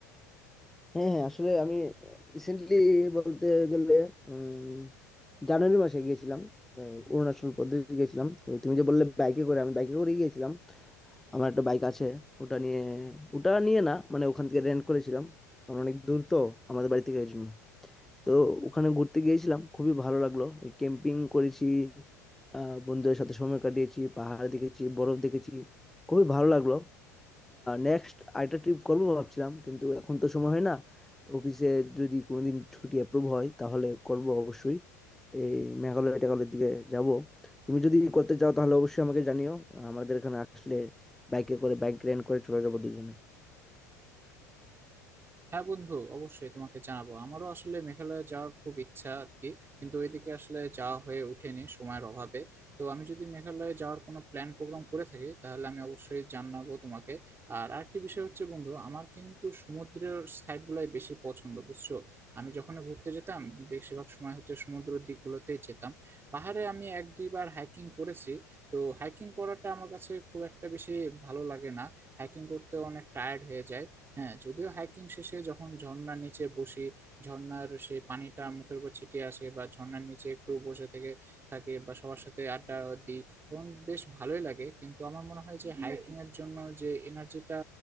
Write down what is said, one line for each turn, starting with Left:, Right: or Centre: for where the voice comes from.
Centre: হ্যাঁ হ্যাঁ আসলে আমি রিসেন্টলি বলতে গেলে উম, জানুয়ারি মাসে গিয়েছিলাম আহ, অরুণাচল প্রদেশ গিয়েছিলাম ওই তুমি যে বললে বাইকে করে আমি বাইকে করে গিয়েছিলাম আমার একটা বাইক আছে ওটা নিয়ে ওটা নিয়ে না মানে ওখান থেকে রেন্ট করেছিলাম কারণ অনেক দূর তো আমাদের বাড়ি থেকে এই জন্য তো ওখানে ঘুরতে গিয়েছিলাম খুবই ভালো লাগলো ওই ক্যাম্পিং করেছি আহ, বন্ধুদের সাথে সময় কাটিয়েছি পাহাড় দেখেছি বরফ দেখেছি খুবই ভালো লাগলো নেক্সট আরেকটা ট্রিপ করবো ভাবছিলাম কিন্তু এখন তো সময় হয় না তো অফিসে যদি কোনোদিন ছুটি অ্যাপ্রুভ হয় তাহলে করব অবশ্যই এই মেঘালয় টেঘালয়ের দিকে যাব তুমি যদি করতে চাও তাহলে অবশ্যই আমাকে জানিও আমাদের এখানে আসলে বাইকে করে বাইক রেন্ট করে চলে যাবো দুজনে
Right: হ্যাঁ বন্ধু অবশ্যই তোমাকে জানাবো আমারও আসলে মেঘালয় যাওয়ার খুব ইচ্ছা আর কি কিন্তু ওইদিকে আসলে যাওয়া হয়ে ওঠেনি সময়ের অভাবে তো আমি যদি মেঘালয়ে যাওয়ার কোনো প্ল্যান প্রোগ্রাম করে থাকি তাহলে আমি অবশ্যই জানাবো তোমাকে আর আরেকটি বিষয় হচ্ছে বন্ধু আমার কিন্তু সমুদ্রের সাইড গুলাই বেশি পছন্দ বুঝছো আমি যখন ঘুরতে যেতাম বেশিরভাগ সময় হচ্ছে সমুদ্রের দিকগুলোতেই যেতাম পাহাড়ে আমি এক দুইবার হাইকিং করেছি তো হাইকিং করাটা আমার কাছে খুব একটা বেশি ভালো লাগে না হাইকিং করতে অনেক টায়ার্ড হয়ে যায় হ্যাঁ যদিও হাইকিং শেষে যখন ঝর্ণার নিচে বসি ঝর্ণার সেই পানিটা মুখের উপর ছিটিয়ে আসে বা ঝর্ণার নিচে একটু বসে থেকে থাকে বা সবার সাথে আড্ডা দিই তখন বেশ ভালোই লাগে কিন্তু আমার মনে হয় যে হাইকিং এর জন্য যে এনার্জিটা